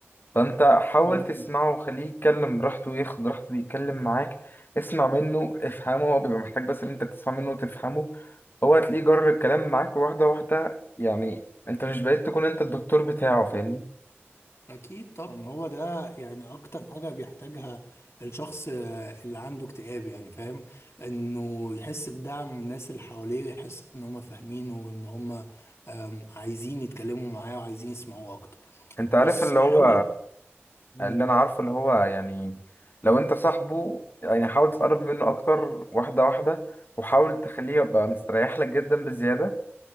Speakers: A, on the left; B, on the left.
A: فانت حاول
B: امم
A: تسمعه وخليه يتكلم براحته وياخد راحته ويتكلم معاك اسمع منه افهمه هو بيبقى محتاج بس ان انت تسمع منه وتفهمه هو هتلاقيه جر الكلام معاك واحدة واحدة يعني انت مش بقيت تكون انت الدكتور بتاعه فاهمني
B: أكيد طبعا هو ده يعني أكتر حاجة بيحتاجها الشخص آه، اللي عنده اكتئاب يعني فاهم إنه يحس بدعم من الناس اللي حواليه ويحس إن هم فاهمينه وإن هم آم، عايزين يتكلموا معاه وعايزين يسمعوه أكتر
A: انت عارف
B: بص
A: اللي
B: حاول
A: هو
B: مم.
A: اللي انا عارفه اللي هو يعني لو انت صاحبه يعني حاول تقرب منه اكتر واحدة واحدة وحاول تخليه يبقى مستريح لك جدا بزيادة